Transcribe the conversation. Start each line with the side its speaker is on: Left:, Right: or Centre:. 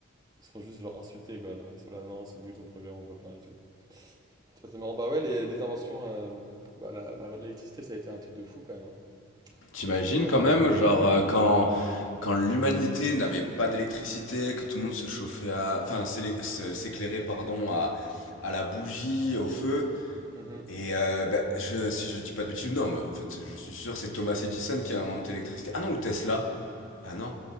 Right: Ils se font juste genre insulter quoi. Alors, ils sont là, non, c'est nul ton projet, on veut pas et tout. Ça, c'est marrant. Bah ouais, les, les inventions, euh, bah, la- la- l'électricité, ça a été un truc de fou quand même. hein.
Left: T'imagines
Right: Ça, c'est sûr.
Left: quand même,
Right: Mhm.
Left: genre, euh, quand, quand l'humanité n'avait pas d'électricité, que tout le monde se chauffait à... Enfin, s'élé- se- s'éclairait, pardon, à, à la bougie, au feu.
Right: Mhm.
Left: Et euh, bah, je, si je dis pas de bêtises, non, mais en fait, je suis sûr, c'est Thomas Edison qui a inventé l'électricité. Ah non, ou Tesla. Ah non.